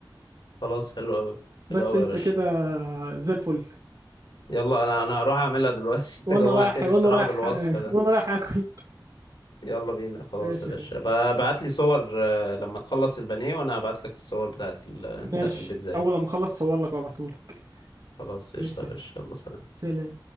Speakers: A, on the left (about 65°); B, on the right (about 50°).
A: خلاص حلو قوي
B: بس
A: حلو قوي
B: انت
A: يا باشا
B: كده زي الفل
A: يلا انا انا هروح اعملها دلوقتي <laughs> انت
B: وانا
A: جوعتني
B: رايح وانا
A: الصراحه
B: رايح
A: بالوصف
B: <laughs>
A: ده
B: وانا رايح اكل
A: يلا بينا خلاص
B: ماشي
A: يا باشا ابعت لي صور آه، لما تخلص البانيه وانا هبعت لك الصور بتاعت ال... بتاعت
B: ماشي
A: البيتزا يعني.
B: اول ما اخلص صور لك وابعتهولك
A: خلاص قشطة
B: ماشي
A: يا باشا يلا سلام
B: سلام